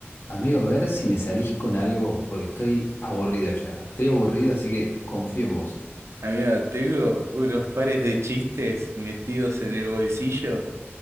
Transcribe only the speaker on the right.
Amigo, tengo unos pares de chistes metidos en el bolsillo